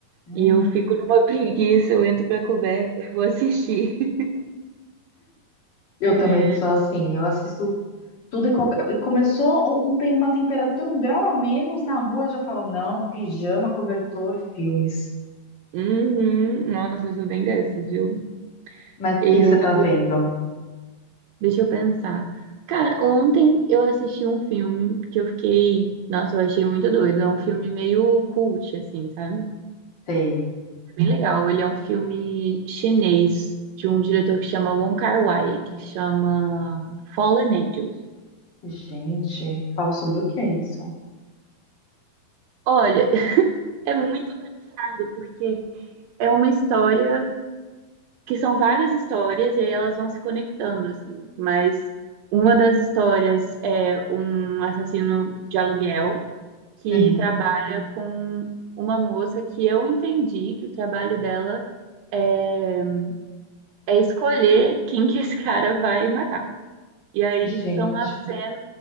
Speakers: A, on the left; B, on the right.
A: Hum,
B: e eu fico numa <laughs> preguiça, eu entro pra coberta e vou assistir. <laughs>
A: eu
B: É,
A: também sou assim, eu assisto Tudo e qualquer... eh, Começou um, um- tem uma temperatura, um grau a menos na rua, já falam, não, pijama, cobertor, filmes.
B: uhum, nossa, eu sou bem dessas, viu?
A: Mas o
B: Eu,
A: que que você tá vendo?
B: deixa eu pensar. Cara, ontem eu assisti um filme que eu fiquei, nossa, eu achei muito doido. É um filme meio cult, assim, sabe?
A: Sei.
B: Bem legal. Ele é um filme chinês de um diretor que chama Wong Kar-wai, que chama Fallen Angels.
A: Gente, fala sobre o que é isso?
B: Olha, <laughs> é muito irado porque é uma história que são várias histórias e aí elas vão se conectando assim, mas uma das histórias é um assassino de aluguel que
A: Uhum.
B: trabalha com uma moça que eu entendi que o trabalho dela é é escolher quem que esse cara vai matar. E aí
A: Gente.
B: são as